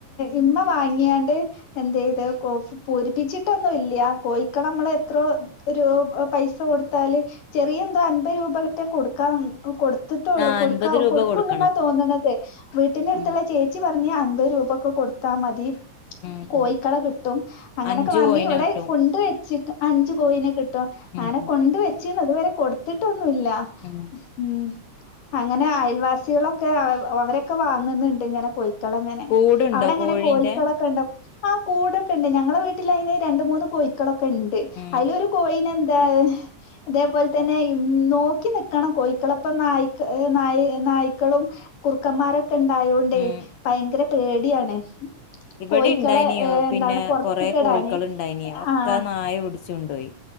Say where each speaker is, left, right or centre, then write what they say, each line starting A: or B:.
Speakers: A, on the left; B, on the left.
A: ഇമ്മ വാങ്ങിയാണ്ട് എന്തെ യ്ത് കോ പൂരിപ്പിച്ചിട്ടൊന്നും ഇല്ല കോഴക്കളെ നമ്മള് എത്രോ ഒരോ പൈസ കൊടുത്താല് ചെറിയെന്തോ അൻബെ രൂപേറ്റെ കൊടുക്കാൻ കൊടുത്തിട്ടോള്ളൂ
B: ആഹ്
A: കൊടുക്കവും
B: അൻപത് രൂപ
A: കൊടുക്കുള്ളൂ
B: കൊടുക്കണം
A: എന്നാ തോന്നണതേ വീട്ടിന്റെ അടുത്തുള്ള
B: ഉം
A: ചേച്ചി ച്ചി പറഞ്ഞെ അൻപത് രൂപെക്കെ കൊടുത്താ മതി
B: ഉം
A: കോഴിക്കളെ
B: ഉം
A: കിട്ടും അങ്ങനെയൊക്കെ
B: അഞ്ച്
A: പറഞ്ഞ്
B: കോയിന്
A: ഇവിടെ
B: കിട്ടും
A: കൊണ്ട് വെച്ചിട്ട് അഞ്ചു കോഴീനെ കട്ടും
B: ഉം
A: ആനെ
B: ഉം
A: കൊണ്ട് വെച്ചീണ് ഇതുവരെ കൊടുത്തിട്ടൊന്നുല്ല
B: ഉം
A: ഉം അങ്ങനെ അയൽവാസിളൊക്കെ അവരൊക്കെ വാങ്ങ്ന്നുണ്ട് ഇങ്ങനെ കോയ് ക്കളങ്ങനെ
B: കൂടുണ്ടോ
A: അവിടെങ്ങെനെ
B: കോഴീന്റെ
A: കോഴിക്കളൊക്കെ ണ്ടൊ ആ കൂടൊക്കെണ്ട് ഞങ്ങളെ വീട്ടില് അയ്ന് രണ്ട് മൂന്ന് കോഴിക്കളൊക്കെണ്ട്
B: ഉം
A: അയ്ലൊരു കൊയിനെന്താ അതേപോലെ തന്നെ ഇൻ നോക്കി നിക്കണം കോഴിക്കെളപ്പം നായിക് നായി നായ്ക്കളും കുറുക്കന്മാരൊക്കെ ണ്ടായോണ്ടേ
B: ഉം
A: ഭയങ്കര പേടിയാണ്
B: ഇവിടെംണ്ടായിനി
A: കോയിക്കളെ
B: യോ
A: ഏഹ്
B: പിന്നെ
A: എന്താണ് പൊറത്ത്ക്കിടാന്
B: കൊറെ കോഴ്ക്കള്ണ്ടായീനി ഒക്കെ
A: ആഹ്
B: നായ പിടിച്ചൊണ്ടോയി